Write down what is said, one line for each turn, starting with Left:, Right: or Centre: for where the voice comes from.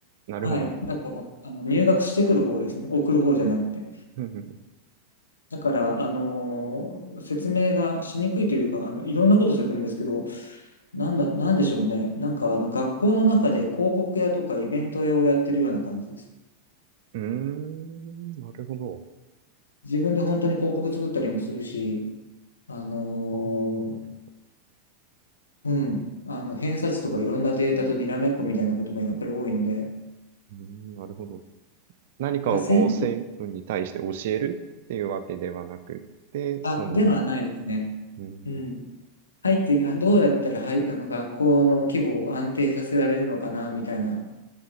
Right: なるほど。
Left: はい。だから、あの、入学してくる方ですね。送る方じゃなくて。
Right: うんうんうん
Left: だから、あのー説明がしにくいというか、あの、いろんなことするんですけど、なんだ、なんでしょうね。なんか、あの、学校の中で広告屋とかイベント屋をやってるような感じです。
Right: うーん、なるほど。
Left: 自分で本当に広告作ったりもするし、あの
Right: はあはあはあはあ
Left: ーうん、あの、偏差値とかいろんなデータとにらめっこみたいなこともやっぱり多いので、だか
Right: うーん、なるほど。何かをこう生徒に対して教えるっていうわけではなくって、
Left: ら先あ、
Right: その、
Left: ではないですね。
Right: うん、
Left: うん。入って、あどうやったら、はい、あの、学校の規模を安定させられるのかな、みたいな